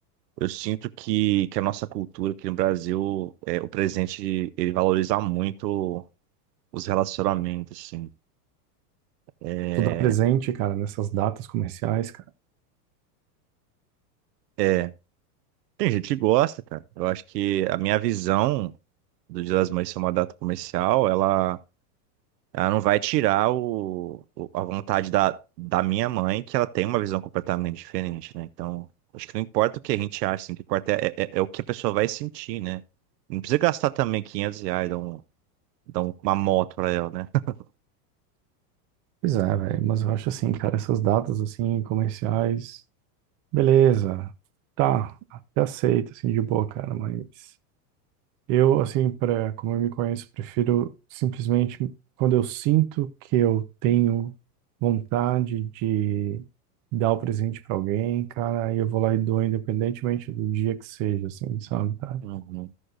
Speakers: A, on the right (about 80°); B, on the right (about 40°).
A: eu sinto que, que a nossa cultura aqui no Brasil, é, o presente, ele valoriza muito os relacionamentos, assim. É,
B: tu dá presente, cara, nessas datas comerciais, cara.
A: é, tem gente que gosta, cara. Eu acho que a minha visão do Dia das Mães ser uma data comercial, ela Ela não vai tirar o, o- a vontade da, da minha mãe, que ela tem uma visão completamente diferente, né? Então, acho que não importa o que a gente acha, assim, o que importa é, é, é o que a pessoa vai sentir, né? Não precisa gastar também 500 reais, dar, um, dar um- uma moto pra ela, né? <laughs>
B: Pois é, velho, mas eu acho assim, cara, essas datas assim comerciais, beleza. Tá, até aceito assim de boa, cara, mas Eu, assim, para como eu me conheço, prefiro simplesmente quando eu sinto que eu tenho vontade de dar o presente para alguém, cara, aí eu vou lá e dou, independentemente do dia que seja, assim, sabe, cara?
A: Uhum,